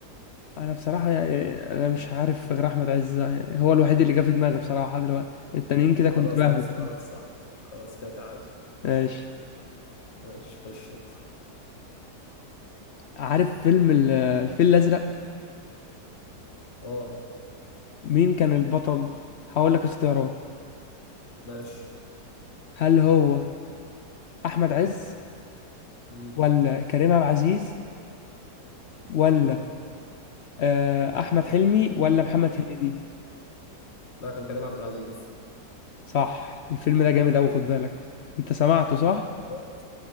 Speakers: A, on the left; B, on the left.
A: انا بصراحة يعني انا مش عارف غير احمد عز يعني هو الوحيد اللي جه في دماغي بصراحة دلوقتي التانيين كده كنت
B: خلاص
A: بهبد
B: نحسبها لك صح خلاص كده تعادل
A: ماشي
B: ماشي خش انت
A: عارف فيلم ال- الفيل الازرق
B: اه
A: مين كان البطل هقول لك اختيارات
B: ماشي
A: هل هو احمد عز
B: امم
A: ولا كريم عبد العزيز ولا
B: اه
A: آه، احمد حلمي ولا محمد هنيدي
B: لا كان كريم عبد العزيز
A: صح الفيلم ده جامد اوي خد بالك انت سمعته صح
B: بجد